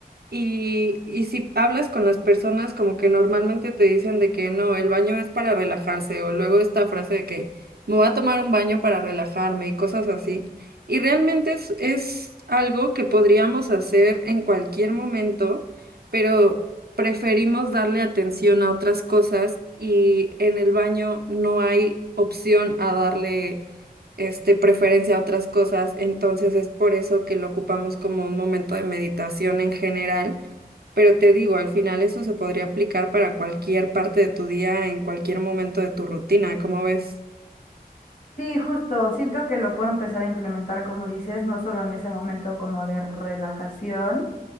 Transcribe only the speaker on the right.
y, y si hablas con las personas, como que normalmente te dicen de que no, el baño es para relajarse, o luego esta frase de que me voy a tomar un baño para relajarme y cosas así. Y realmente es, es algo que podríamos hacer en cualquier momento, pero preferimos darle atención a otras cosas y en el baño no hay opción a darle este, preferencia a otras cosas, entonces es por eso que lo ocupamos como un momento de meditación en general, pero te digo, al final eso se podría aplicar para cualquier parte de tu día, en cualquier momento de tu rutina, ¿cómo ves?